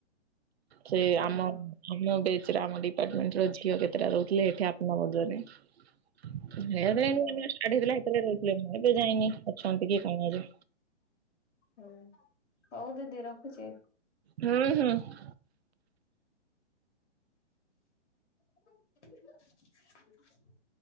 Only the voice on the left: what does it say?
ଓହୋ
ଓହୋ
ହୁଁ ହଉ ଦି ଦି ରଖୁଚି।
<inaudible>